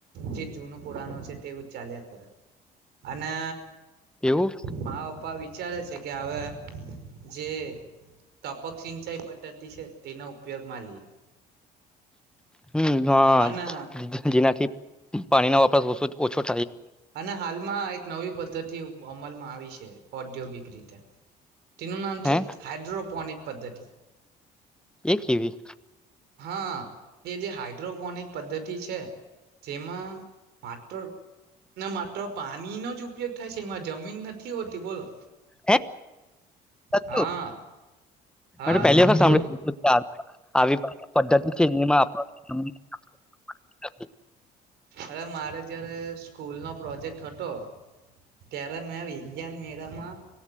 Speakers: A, on the right; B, in the centre.
A: જે જૂનું પુરાનું છે તેવુ જ ચાલ્યા કરે અને
B: એવું
A: મારા પપ્પા વિચારે છે કે હવે જેે તપક સિંચાઈ પદ્ધતિ છે તેનો ઉપયોગ માલીએ.
B: હમ હ
A: અને
B: જેથી જેનાથી પાણી નો વાપરાસ ઓછો જ ઓછો જ
A: અને હાલમાં એક નવી પદ્ધતિ ઉપ અમલમાં આવી છે ઔદ્યોગિક રીતે. તેનું નામ છે
B: હે
A: હાઇડ્રોપોનીક. પદ્ધતિ
B: એ કેવી?
A: હા. એ જે હાઇડ્રોપોનિક પદ્ધતિ છે જેમાં માત્ર ને માત્ર પાણીનો જ ઉપયોગ થાય છે એમાં જમીન નથી હોતી બોલો.
B: હે સાચું
A: હા. હા
B: મે પહેલી
A: સાચું
B: વખત સાંભળી આવી પદ્ધતિ છે એમાં આપ <unintelligible> <inaudible>
A: અરે મારે જ્યારે સ્કૂલનો પ્રોજેક્ટ હતો ત્યારે મેં વિગ્યાન મેરામાં